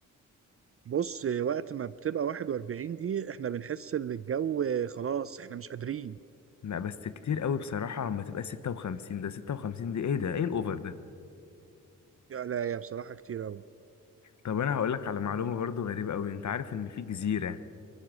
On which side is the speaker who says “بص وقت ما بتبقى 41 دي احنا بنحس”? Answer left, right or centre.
Right